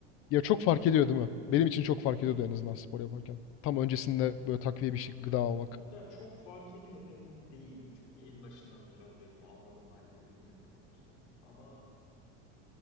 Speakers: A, on the left; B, on the left.
A: Ya çok fark ediyor değil mi? Benim için çok fark ediyordu en azından spor yaparken. Tam öncesinde böyle takviye bir şey gıda almak.
B: Ya çok fark ediyor mu emin değilim. Çünkü en başından beri alıyordum. Almadığım halini bilmiyorum o yüzden. Ama